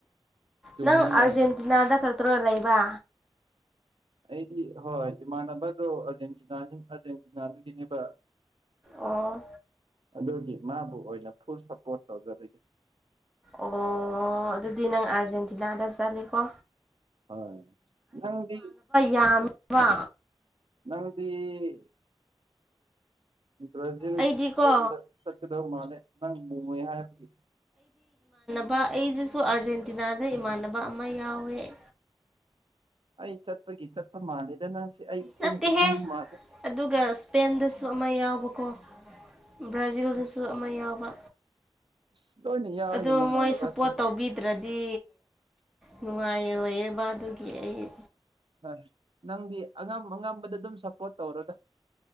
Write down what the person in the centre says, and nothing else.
ꯅꯪ ꯑꯥꯔꯖꯦꯟꯇꯤꯅꯥꯗ ꯈꯛꯇ꯭ꯔꯣ ꯂꯩꯕ?
ꯑꯣ!
ꯑꯣ ꯑꯗꯨꯗꯤ ꯅꯪ ꯑꯥꯔꯖꯦꯟꯇꯤꯅꯥꯗ ꯆꯠꯂꯤꯀꯣ
ꯌꯥꯝꯃꯦꯕ
ꯑꯩꯗꯤꯀꯣ
ꯕ ꯑꯩꯁꯤꯁꯨ ꯑꯥꯔꯖꯦꯟꯇꯤꯅꯥꯗ ꯏꯃꯥꯟꯅꯕ ꯑꯃ ꯌꯥꯎꯋꯦ꯫
ꯅꯠꯇꯦꯍꯦ
ꯑꯗꯨꯒ ꯁ꯭ꯄꯦꯟꯗꯁꯨ ꯑꯃ ꯌꯥꯎꯕꯀꯣ꯫ ꯕ꯭ꯔꯥꯖꯤꯜꯗꯁꯨ
ꯑꯃ ꯌꯥꯎꯕ꯫
ꯑꯗꯣ
ꯃꯣꯏ ꯁꯞꯄꯣꯔꯠ ꯇꯧꯕꯤꯗ꯭ꯔꯗꯤ ꯅꯨꯡꯉꯥꯏꯔꯣꯏꯌꯦꯕ ꯑꯗꯨꯒꯤ ꯑꯩ